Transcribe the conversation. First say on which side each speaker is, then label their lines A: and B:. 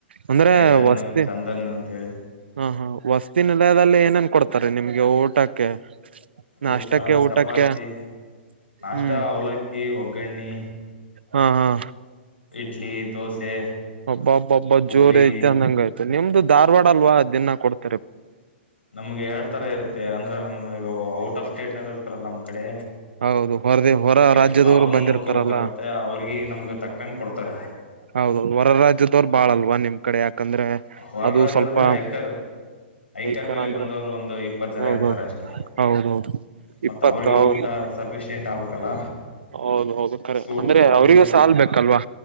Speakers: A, on the right; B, on the left.
A: ಅಂದ್ರೆ
B: ಚೈತನ್
A: ವಸ್ತಿ
B: ಚಂದನ್ ಅಂತೇಳಿ
A: ಹಾ ಹಾ ವಸತಿ ನಿಲಯದಲ್ಲಿ ಏನೇನ್ ಕೊಡ್ತಾರೆ ನಿಮ್ಗೆ ಊಟಕ್ಕೆ - ನಾಷ್ಟಕ್ಕೆ
B: ಊಟ
A: ಊಟಕ್ಕೆ
B: ಚಪಾತಿ ನಾಷ್ಟ
A: ಹ್ಮ್.
B: ಅವಲಕ್ಕಿ ಒಗ್ಗರಣೆ
A: ಹ ಹಾ.
B: ಇಡ್ಲಿ ದೋಸೆ
A: ಅಬ್ಬಬ್ಬಬ್ಬ
B: ಪೂರಿ
A: ಜೋರಿ ಐತೆ ಅಂದಂಗ ಆಯ್ತು ನಿಮ್ದು ಧಾರವಾಡ ಅಲ್ವಾ ಡಿನ್ನಾ ಕೊಡ್
B: ನಮ್ಗೆ ಎರಡ್ ತರ ಇರುತ್ತೆ ಅಂದ್ರೆ ನಮ್ ಈಗ ಔಟ್ ಆಫ್ ಸ್ಟೇಟ್ನಾದರು ಇರ್ತಾರಲ್ಲ ನಮ್ಮ್ ಕಡೆ.
A: ಹೌದು ಹೊರದಿ ಹೊರ
B: ಅದಕ್ಕೆ
A: ರಾಜ್ಯದವರು
B: ಅವ್ರನು
A: ಬಂದಿರ್ತಾರಲ್ಲ
B: ನೋಡ್ಕೋಬೇಕಲ್ ಮತ್ತೆ ಅವ್ರಗಿ ನಮ್ಗೆ ತಕ್ಕಂಗ ಕೊಡ್ತಾರೆ.
A: ಹೌದೌದು ಹೊರ ರಾಜಾಜ್ಯದವರು ಬಾಳ ಅಲ್ವಾ ನಿಮ್ ಕಡೆ ಯಾಕಂದ್ರೆ
B: ಹೊರ
A: ಅದು
B: ರಾಜ್ಯದವರು
A: ಸ್ವಲ್ಪ
B: ಅಂದ್ರೆ ಐ್ಕರ್ ಐಕರ್
A: ಈಕರ
B: ಮೇಲೆ
A: ಅಂದ್ರೆ
B: ಬಂದವರು ಒಂದು ಇಪ್ಪತ್ತು ಜನ
A: ಹೌದು
B: ಇರ್ತಾರೆ ಅಷ್ಟೆ.
A: ಹೌದೌದು
B: ಮತ್ತ
A: ಇಪ್ಪತ್ತ
B: ಅವ್ರಿಗೆ
A: ಹೌದು
B: ಊಟ ಸಫಿಶಿಯಂಟ್ ಆಗ್ಬೇಕಲ್ಲ
A: ಹೌದು ಹೌದು ಅದು ಕರೆ
B: ಸೂಟ್
A: ಅಂದ್ರೆ
B: ಅವ್ರಿಗೂ
A: ಅವ್ರಗೂ
B: ಸು
A: ಸಾಲ್ ಬೇಕಲ್ವಾ